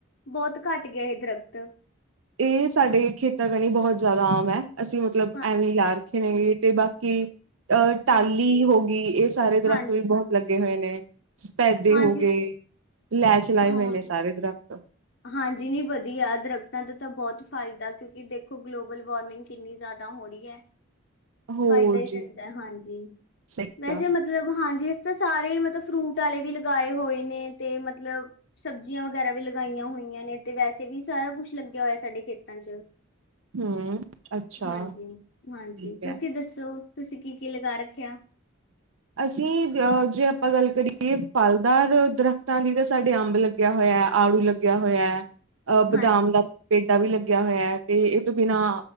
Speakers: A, on the left; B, on the right.
A: ਬਹੁਤ ਘੱਟ ਗਿਆ ਹੈ ਇਹ ਦਰਖਤ।
B: ਇਹ ਸਾਡੇ ਖੇਤਾਂ ਰਾਹੀਂ ਬਹੁਤ ਜ਼ਿਆਦਾ ਆਮ ਹੈ। ਅਸੀਂ ਮਤਲਬ
A: ਹਾਂ
B: ਐਵੀਂ ਯਾਰ। ਰੱਖੇ ਨੇਗੇ ਤੇ ਬਾਕੀ। ਅ
A: ਹਾਂਜੀ-ਹਾਂਜੀ-ਹਾਂਜੀ।
B: ਟਾਹਲੀ ਹੋ ਗਈ ਇਹ ਸਾਰੇ ਦਰਖਤ
A: ਹਾਂਜੀ
B: ਵੀ ਬਹੁਤ
A: ਹਾਂਜੀ
B: ਲੱਗੇ ਹੋਏ ਨੇ ਸਪੈਦੇ
A: ਹਾਂਜੀ
B: ਹੋ ਗਏ ਲੈਣ ਚ ਲਾਏ
A: ਹਾਂ
B: ਹੋਏ ਨੇ ਸਾਰੇ ਦਰਖਤ।
A: ਹਾਂਜੀ ਨਹੀਂ ਵਧੀਆ ਦਰਖਤਾਂ ਦਾ ਤਾਂ ਬਹੁਤ ਫਾਇਦਾ ਕਿਉਂਕਿ ਦੇਖੋ ਗਲੋਬਲ ਵਾਰਮਿੰਗ ਕਿੰਨੀ ਜ਼ਿਆਦਾ ਹੋ ਰਹੀ ਹੈ?
B: ਹੋਰ
A: ਫਾਇਦਾ ਹੀ
B: ਜੀ
A: ਦਿੰਦਾ ਹਾਂਜੀ
B: ਸਹੀ ਕਿਹਾ
A: ਵੈਸੇ ਮਤਲਬ ਹਾਂਜੀ ਇਸ ਤਾਂ ਸਾਰੇ ਹੀ ਮਤਲਬ। ਫਰੂਟ ਵਾਲੇ ਵੀ ਲਗਾਏ ਹੋਏ ਨੇ ਤੇ ਮਤਲਬ ਸਬਜ਼ੀਆਂ ਵਗੈਰਾ ਵੀ। ਲਗਾਈਆਂ ਹੋਈਆਂ ਨੇ ਤੇ ਵੈਸੇ ਵੀ ਸਾਰਾ ਕੁੱਛ ਲੱਗਿਆ ਹੋਇਆ ਸਾਡੇ ਖੇਤਾਂ ਚ।
B: ਹੂੰ ਅੱਛਾ
A: ਹਾਂਜੀ ਹਾਂਜੀ
B: ਠੀਕ
A: ਤੁਸੀਂ
B: ਹੈ
A: ਦੱਸੋ? ਤੁਸੀਂ ਕੀ ਕੀ ਲਗਾ ਰੱਖਿਆ?
B: ਅਸੀਂ ਅ ਜੇ ਆਪਾਂ ਗੱਲ ਕਰੀਏ ਫਲਦਾਰ ਦਰਖਤਾਂ ਦੀ ਤਾਂ ਸਾਡੇ ਅੰਬ ਲੱਗਿਆ ਹੋਇਆ ਹੈ, ਆੜੂ ਲੱਗਿਆ ਹੋਇਆ ਹੈ। ਅਹ ਬਦਾਮ
A: ਹਾਂਜੀ
B: ਦਾ ਪੇਡਾ ਵੀ ਲੱਗਾ। ਲੱਗਿਆ ਹੋਇਆ ਤੇ ਇਹ ਤੋਂ ਬਿਨਾਂ